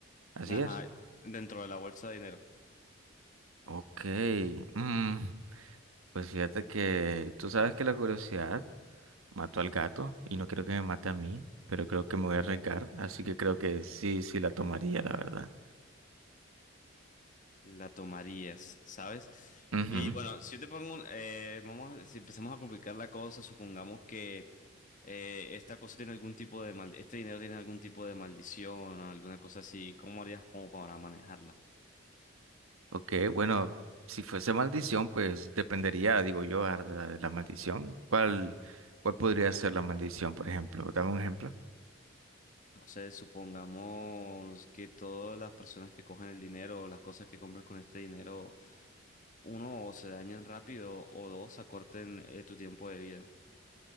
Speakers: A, on the right (about 85°); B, on the left (about 35°).
A: Así
B: Ajá,
A: es.
B: dentro de la bolsa de dinero.
A: Ok. mm, pues fíjate que tú sabes que la curiosidad mató al gato y no quiero que me mate a mí, pero creo que me voy a arriesgar, así que creo que sí, sí la tomaría, la
B: La tomarías, ¿sabes?
A: verdad.
B: Y bueno, si yo te pongo un, eh, vamos, si empezamos a complicar la cosa, supongamos que eh, esta cosa tiene algún tipo de mal, este dinero tiene algún tipo de maldición o alguna cosa así, ¿cómo harías como para manejarla?
A: Ok, bueno, si fuese maldición, pues dependería, digo yo, ah, de la, de la maldición. ¿Cuál, cuál podría ser la maldición, por ejemplo? Dame un ejemplo.
B: No sé, supongamos que todas las personas que cogen el dinero o las cosas que compren con este dinero, uno, o se dañen rápido, o dos, acorten eh, tu tiempo de vida.